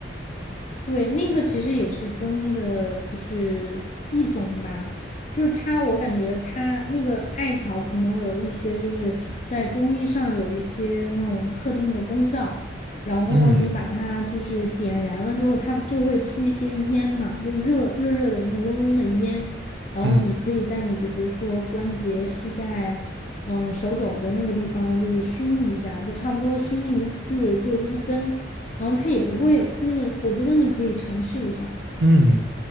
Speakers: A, on the left; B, on the right.
A: 对，那个其实也是中医的，就是一种吧。就是它，我感觉它那个艾草可能有一些，就是在中医上有一些那种特定的功效。然后你把它就是点燃了之后，
B: 嗯
A: 它就会出一些烟嘛，就热热热的那种温温的烟。然后你可以在你就比如说关节、
B: 嗯
A: 膝盖、嗯、手肘的那个地方，就是熏一下，就差不多熏一次，就一根。然后它也不贵，就是我觉得你可以尝试一下。
B: 嗯。